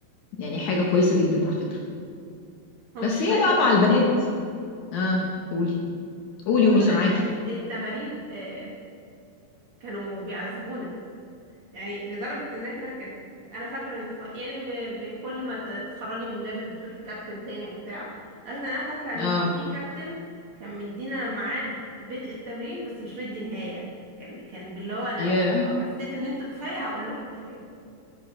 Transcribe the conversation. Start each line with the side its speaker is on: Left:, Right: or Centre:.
Left: يعني حاجة كويسة جدا على فكرة
Right: هو
Left: بس
Right: مش
Left: هي
Right: كويس
Left: بقى مع
Right: قوي
Left: البنات اه قولي قولي
Right: بقول
Left: قولي سامعاكي
Right: آه، التمارين آه، كانوا بيعذبونا يعني لدرجة ان احنا كان انا فاكرة ان ف... يعني ب... بكل ما ت- تتخرجي من ليفل بتروحي الكابتن تاني وبتاع لكن انا فاكرة ان
Left: اه
Right: كان في كابتن كان مدينا ميعاد بدء التمرين بس مش مدي نهاية كان كان باللي هو لو
Left: يا
Right: لو حسيت ان انتوا كفاية هقول لكم كفاية